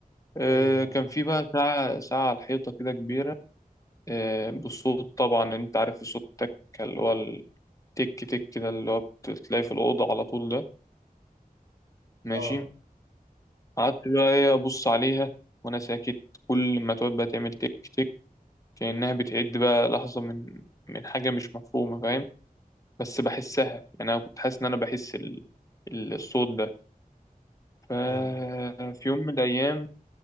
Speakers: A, on the left (about 20°); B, on the right (about 65°).
A: آه
B: ايوه اه
A: كان في بقى ساعة ساعة على الحيطة كده كبيرة آه بالصوت طبعا انت عارف الصوت التك اللي هو التك تك كده اللي هو بتلاقيه في الأوضة على طول ده ماشي
B: اه
A: قعدت بقى ايه أبص عليها وأنا ساكت كل ما تقعد بقى تعمل تك تك كأنها بتعد بقى لحظة من من حاجة مش مفهومة فاهم بس بحسها يعني أنا كنت حاسس إن أنا بحس ال... ال- الصوت ده ففي
B: ايوه
A: يوم من الأيام